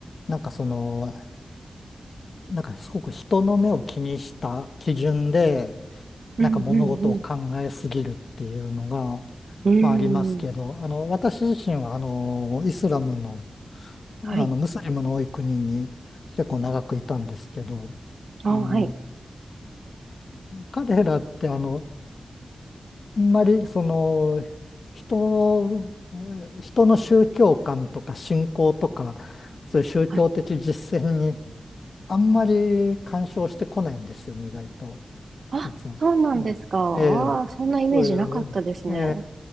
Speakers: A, on the left; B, on the right.
A: なんかその、なんかすごく人の目を気にした基準で、なんか物事を考えすぎるっていうのが、
B: うん、うん、うん。うーん。
A: まあありますけど、あの、私自身はあの、イスラムの、あの、
B: はい。
A: ムスリムの多い国に結構長くいたんですけど、
B: ああ、
A: あの、
B: はい。
A: 彼らってあの、あんまりその、人を、人の宗教観とか信仰とか、そういう宗教的実践に
B: はい。
A: あんまり干渉してこないんですよね、意外と。
B: あ、
A: 実は。
B: そうなんですか。ああ、
A: ええ、ええ
B: そんなイメージなかったですね。
A: そういう、え